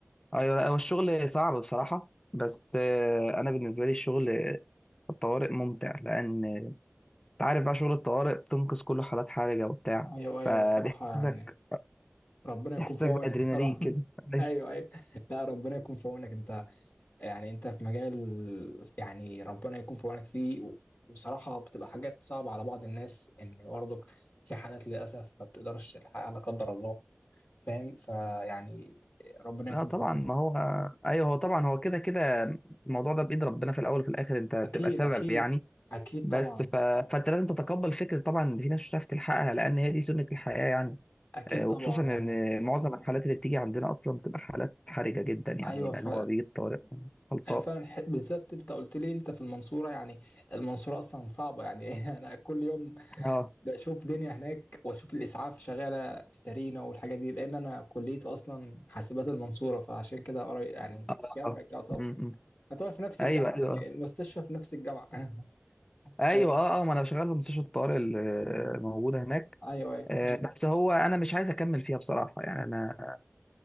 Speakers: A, on the left (about 15°); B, on the left (about 60°).
A: ايوه لا هو الشغل صعب بصراحه بس آه، انا بالنسبه لي الشغل في الطوارئ ممتع لان انت عارف بقى شغل الطوارئ بتنقذ كل حالات حرجه وبتاع
B: ايوه ايوه
A: فبيحسسك
B: الصراحة يعني ربنا يكون
A: بيحسسك
B: في عونك
A: بادرينالين
B: الصراحة
A: كده
B: <laughs>
A: أيوة.
B: ايوه ايوه لا ربنا يكون في عونك انت يعني انت في مجال يعني ربنا يكون في عونك فيه وصراحة بتبقى حاجات صعبة على بعض الناس ان برضك في حالات للأسف ما بتقدرش تلحقها لا قدر الله فاهم فيعني ربنا يكون
A: اه طبعا
B: في عونك
A: ما هو ايوه هو طبعا هو كده كده الموضوع ده بايد ربنا في الاول وفي الاخر انت بتبقى
B: اكيد
A: سبب
B: اكيد
A: يعني
B: اكيد
A: بس
B: طبعا
A: ف... فانت لازم تتقبل فكره طبعا ان في ناس مش هتعرف تلحقها لان هي دي سنه الحياه يعني
B: اكيد
A: آه،
B: طبعا
A: وخصوصا ان
B: يعني
A: معظم الحالات اللي بتيجي عندنا اصلا بتبقى حالات حرجه جدا يعني
B: ايوه
A: لان
B: فعلا
A: هو بيجي الطوارئ خلصان
B: ايوه فعلا ح- بالذات انت قلت لي انت في المنصوره يعني المنصوره اصلا صعبه يعني <laughs> انا كل يوم
A: اه
B: بشوف دنيا هناك واشوف الاسعاف شغاله سرينا والحاجات دي لان انا كليتي اصلا حاسبات المنصوره فعشان كده قريب يعني
A: اه
B: جنبك
A: آه.
B: يعتبر
A: م- م.
B: يعتبر في نفس
A: ايوه
B: الجامعه
A: ايوه
B: يعني
A: آه.
B: المستشفى في نفس الجامعه <laughs>
A: ايوه
B: آه،
A: اه اه ما انا شغال في مستشفى الطوارئ الموجوده هناك
B: ايوه ايوه
A: آه،
B: ج-
A: بس هو انا مش عايز اكمل فيها بصراحه يعني انا